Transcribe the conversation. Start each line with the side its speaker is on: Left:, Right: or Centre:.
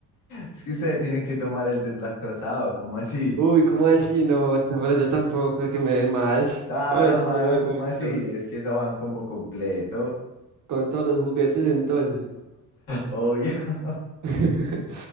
Left: Es que usted tiene que tomar el deslactosado, ¿cómo así?
Right: Uy, ¿cómo así? No, esta frase tampoco es que me dé más.
Left: Claro,
Right: No, eso
Left: mano,
Right: ya no me
Left: ¿cómo
Right: gustó.
Left: así? Es que eso va en combo completo.
Right: Con todos los juguetes entonces.
Left: Obvio. <laughs>
Right: <laughs>